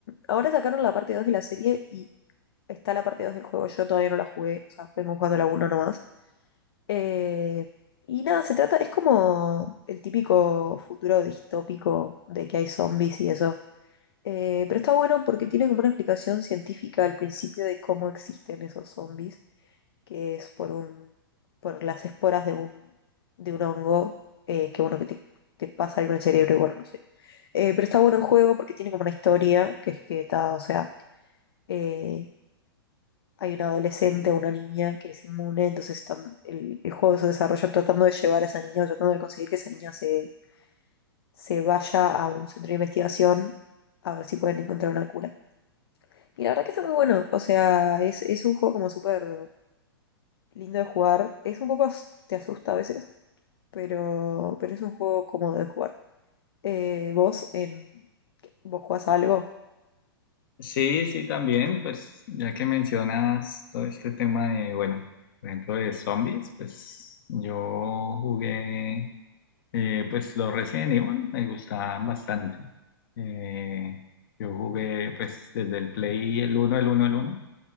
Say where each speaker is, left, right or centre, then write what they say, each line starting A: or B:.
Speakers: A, on the left; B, on the left.
A: ahora sacaron la parte 2 de la serie y está la parte 2 del juego. Yo todavía no la jugué, o sea, vengo jugando la uno nomás. Eh, y nada, se trata, es como el típico futuro distópico de que hay zombies y eso. Eh, pero está bueno porque tiene como una explicación científica al principio de cómo existen esos zombies. que es por un, por las esporas de un, de un hongo, eh, que bueno, que te, te pasa algo en el cerebro y bueno, no sé. Eh, pero está bueno el juego porque tiene como una historia, que es que está, o sea, eh, hay una adolescente o una niña que es inmune, entonces están, el, el juego se desarrolla tratando de llevar a esa niña, tratando de conseguir que esa niña se, se vaya a un centro de investigación a ver si pueden encontrar una cura. Y la verdad que está muy bueno, o sea, es, es un juego como súper lindo de jugar, es un poco, as- te asusta a veces, pero, pero es un juego cómodo de jugar. Eh, vos en vos jugás a algo.
B: Sí, sí, también, pues ya que mencionas todo este tema de, bueno, por ejemplo, de zombies, pues yo jugué. Eh, pues los Resident Evil me gustaban bastante. Eh, yo jugué pues desde el Play el uno el uno el uno